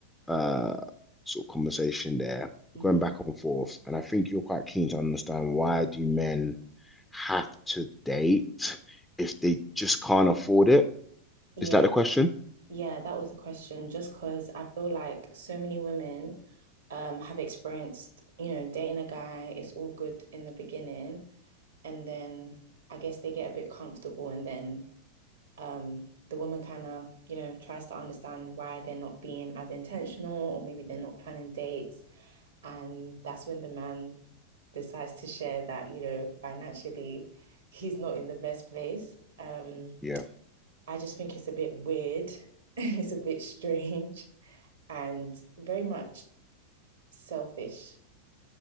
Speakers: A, in the centre; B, on the right (about 65°).
A: uh sort of conversation there,
B: hmm
A: going back and forth. And I think you're quite keen to understand why do men have to date if they just can't afford it?
B: Yeah,
A: Is that the question?
B: yeah, that was a question. Just because I feel like so many women um have experienced, you know, dating a guy, it's all good in the beginning, and then I guess they get a bit comfortable and then um the woman kind of you know tries to understand why they're not being as intentional or maybe they're not planning dates and that's when the man decides to share that you know financially he's not in the best place um
A: Yeah.
B: I just think it's a bit weird and <laughs> it's a bit strange and very much selfish